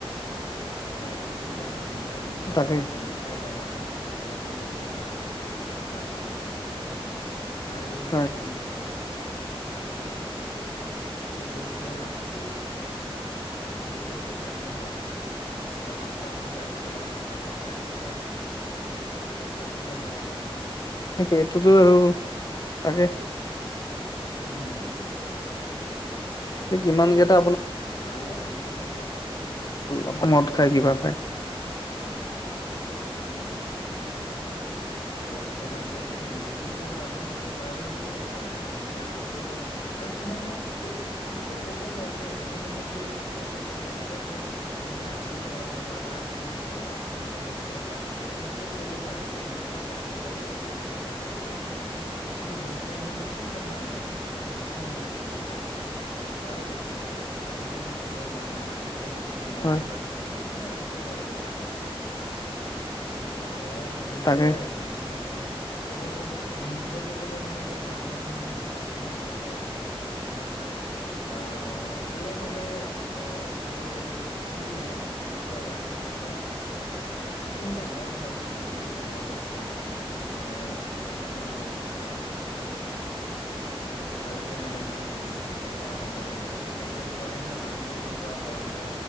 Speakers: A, on the left; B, on the left.
A: প্ৰায় বেছিভাগ মানুহৰে এনেকুৱা
B: তাকে
A: হয় মই দেখাই পাওঁ‌ মানে। গুৱাহাটীত বেছিভাগ বেছিভাগ মানুহ। আৰু এই যে
B: হয়
A: এইকেদিন লাগ এইবোৰ কি হয় কাৰণে এই। এইবিলাকৰ কৰা হয়। আৰু মাতাল হৈ বাইক চলাই মাতাল হৈ গাড়ী চলাই। সেইবিলাক কৰিব নালাগে ন।
B: সেইটোতো আৰু তাকে।
A: হম। ত' সেইটোৱেই
B: কিমান কেইটা
A: আৰু আজিকালি। উম
B: অক মদ খায়
A: উম
B: কিবা খাই
A: হম। দুৰ্ঘটনা বিলাকো সেই সেইবোৰ কাৰণো কাৰণতেতো হয় না চৰকাৰেতো কব ন। আৰু কিমান সেইটোতো ক'বই নোৱাৰে যে এজন এজনকৈ চবকে ক'ব নোৱাৰে যে। গাড়ী চলাব নোৱাৰা মোক নোৱাৰা যে মোদ খাই গাড়ী চলাব সিহঁতে ক'ব পাৰে। যে মদ মো খাই গাড়ী চলালে মোক হব তমোক হ'ব নাইবা কিন্তু মদ খাই সিহঁতে কেইজন মানে শুনে সেই শুনে না এইটো কথা কাৰো কথা নুশুনে আজিকালি ঘৰৰ মানে মানুহ বিলাক। নিজৰ মা
B: হয়
A: দেউতাৰ কথাই। মানে আৰু চৰকাৰৰ কথা শুনিব ত তেনে।
B: তাকে
A: খোৱাই মানে ক'ব গ'লে উম ক'ব গ'লে মানে কি মানুহৰ মানে সমাজখনো তেনেকুৱা হৈ আছে বৰ্তমান। মানে অ' চাৰিও ফালে অ' দেখিলে। লাগে যেনিবা কোন মানুহৰ সমাজত আমি মানে। বসবাস কৰি আছোঁ মানুহে মানুহে মানুহক মানে। ভালকে মানে। ব্যবহাৰ নকৰে। এতিয়া চোৱেই যে মাজতে এনেকুৱা হ'ল যে